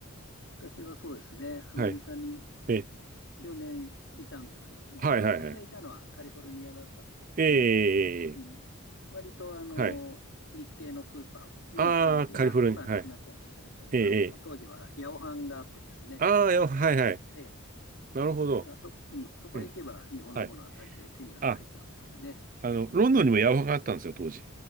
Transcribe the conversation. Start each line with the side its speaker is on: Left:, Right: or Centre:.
Left: 私はそうですね、アメリカに
Right: はい。え、
Left: 4年いたんですけども、
Right: はい、
Left: まあ、
Right: はい、
Left: 私がいたのはカリフォルニアだったんでですね、
Right: はい。え
Left: うん、
Right: え、
Left: 割とあの日系のスーパーも、
Right: はい。
Left: もうあの今、
Right: ああ、カリフォルニア、
Left: 今はなくなっちゃいましたけど、
Right: はい。ええ、
Left: あの当時はヤオハンがあってですね、
Right: ええ。ああ、やばはい、はい。
Left: ええ、
Right: なるほど。
Left: だからそ、うん、そこへ行けば日本のものは大抵手には入ったんですけどね。
Right: うん。はい。あ、あの、ロンドンにもヤマハがあったんですよ、当時。